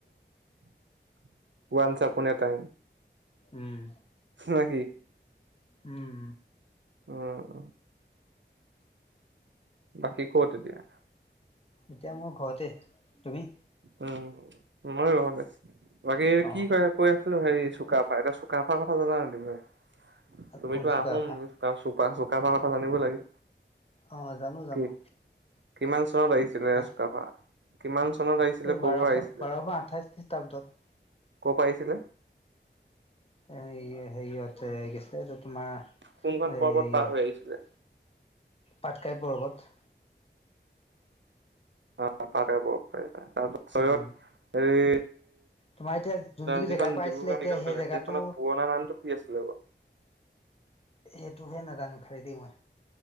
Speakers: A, on the right; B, on the left.
A: <unintelligible> কোনে পায়।
B: উম
A: নে কি
B: উম উম
A: অহ বাকী ক'ত এতিয়া?
B: এতিয়া মই ঘৰতে তুমি?
A: উম মই ৰুমতে বাকী
B: অ
A: কি কয় ক আছিলো হে চুকাফা এটা চুকাফাৰ কথা জানা নাই তুমি তুমিতো
B: কোনচুকাফা
A: আহোম চ চুকাফ কথা জানিব লাগে।
B: আহ জানো জানো।
A: কি কিমান চনত আহিছিলে
B: হা
A: চুকাফাৰ কিমান চনত আহিছিলে
B: এই
A: ক'ৰ
B: বাৰশ
A: পৰা আহিছিলে
B: বাৰশ আঠাইশ খ্ৰীষ্টাব্দত।
A: কৰ পৰা আহিছিলে।
B: এ হেৰিয়তে গৈছিলে এইটো তোমাৰ
A: কোনখন
B: হেৰিয়ত
A: পৰ্বত পাৰ হৈ আহিছিলে?
B: পাটকাই পৰ্বত।
A: <unintelligible> তাৰত চ
B: উম
A: এই
B: তোমাৰ এতিয়া যোনটো
A: যিখন
B: জেগাৰ পৰা
A: ডিব্ৰুগড়
B: আহিছিলে
A: মেডিকেল
B: এতিয়া সেই
A: কলেজ
B: জেগাটো
A: সেইখনৰ পুৰণা নামটো কি আছিলে বাৰু, <inaudible>
B: হেটোহে নাজো খালি দেই মই,